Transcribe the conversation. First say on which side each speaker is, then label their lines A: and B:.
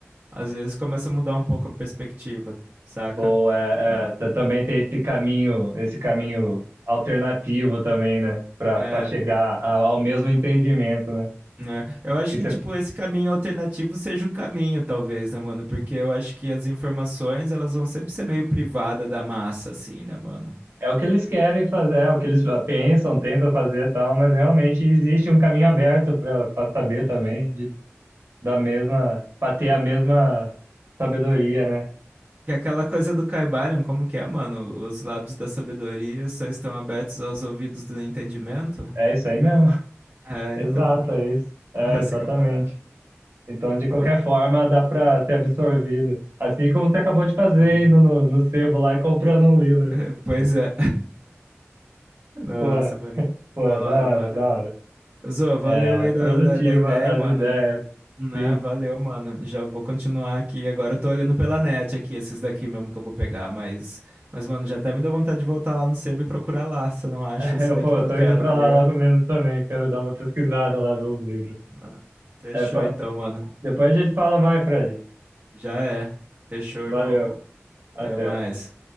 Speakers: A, on the right; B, on the right.
A: às vezes começa a mudar um pouco a perspectiva, saca?
B: Boa, é,
A: Eu-
B: é, tá- também tem esse caminho, esse caminho alternativo também, né? Para
A: É,
B: para chegar a- ao mesmo entendimento, né?
A: né? Eu acho
B: Que
A: que,
B: cê-
A: tipo, esse caminho alternativo seja o caminho, talvez, né, mano? Porque eu acho que as informações, elas vão sempre ser meio privada da massa, assim, né, mano?
B: é o que eles querem fazer, é o que eles pensam, tentam fazer, e tal, mas realmente existe um caminho aberto para para saber também, de, da mesma, para ter a mesma sabedoria, né?
A: Que é aquela coisa do Caibalion, como que é, mano? Os lábios da sabedoria só estão abertos aos ouvidos do entendimento?
B: É isso aí mesmo. <laughs>
A: É,
B: Exato,
A: então.
B: é isso. É,
A: <laughs> Essa
B: exatamente.
A: que é a parada.
B: Então, de qualquer
A: Pô,
B: forma, dá para ser absorvido. Assim como você acabou de fazer
A: sim.
B: indo no, no sebo lá e comprando um livro.
A: <laughs> Pois é. Nossa,
B: Porra,
A: mano.
B: pô,
A: Da hora,
B: da hora,
A: mano.
B: da hora.
A: Zô, valeu
B: É,
A: aí
B: produtiva
A: da, da, da ideia,
B: as
A: mano.
B: ideias.
A: Né?
B: Sim.
A: Valeu, mano. Já vou continuar aqui. Agora eu tô olhando pela net aqui, esses daqui mesmo que eu vou pegar. Mas, mas mano, já até me deu vontade de voltar lá no sebo e procurar lá, se eu não acho
B: <laughs>
A: esse
B: Eu,
A: daqui
B: pô,
A: que
B: tô
A: eu quero,
B: indo pra
A: tá
B: lá
A: ligado?
B: logo menos também. Quero dar uma pesquisada lá, ver os livros.
A: Ah, fechou
B: É, pô,
A: então, mano.
B: depois a gente fala mais, Fred.
A: Já é. Fechou,
B: Valeu.
A: irmão.
B: Até.
A: Até mais.